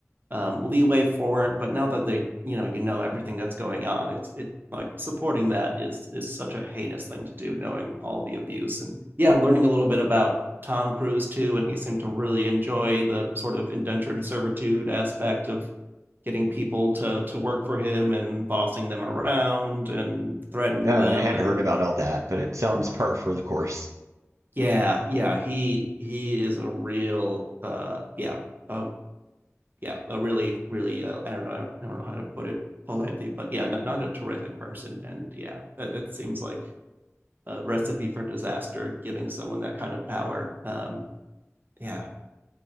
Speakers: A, on the right; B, on the right.
A: um, leeway for it, but now that they you know you know everything that's going on, it's it like supporting that is is such a heinous thing to do, knowing all the abuse and yeah, learning a little bit about Tom Cruise too, and he seemed to really enjoy the sort of indentured servitude aspect of getting people to to work for him and bossing them around and threatening
B: No,
A: them
B: I hadn't
A: and
B: heard about all that, but it sounds par for the course.
A: yeah, yeah, he he is a real uh yeah, uh, yeah, a really really uh, I don't know I don't know how to put it politely, but yeah, not not a terrific person and yeah, that that seems like a recipe for disaster giving someone that kind of power. Um yeah.